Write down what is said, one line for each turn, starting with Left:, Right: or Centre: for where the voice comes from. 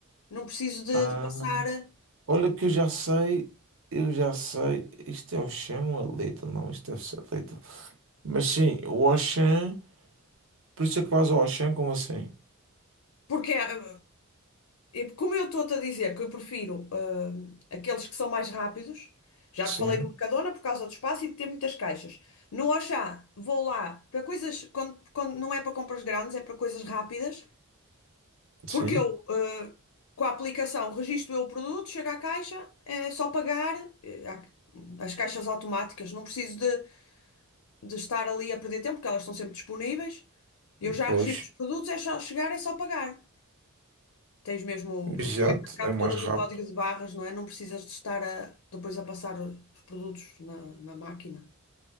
Left: Não preciso de,
Right: Ah,
Left: de passar. eh,
Right: olha que eu já sei, eu já sei, isto é o chão a Lidl, não, isto deve ser Lidl. Mas sim, o Auchan, por isso é que vais ao Auchan, como assim?
Left: Porque, eh, eh, como eu estou-te a dizer que eu prefiro eh, aqueles que são mais rápidos, já
Right: Sim,
Left: te falei do Mercadona por causa do espaço e de ter muitas caixas. No Auchan, vou lá para coisas. Quando, quando não é para compras grandes, é para coisas rápidas.
Right: sim.
Left: Porque eu, eh, com a aplicação, registro eu o produto, chego à caixa, é só pagar, eh, há- as caixas automáticas, não preciso de, de estar ali a perder tempo, porque elas estão sempre disponíveis. Eu já
Right: Pois,
Left: registro os produtos, é só chegar, é só pagar. Tens mesmo, o-
Right: jato
Left: tu é que capturas
Right: é mais rápido
Left: o código de barras, não é? Não precisas de estar a- depois a passar os produtos na, na máquina.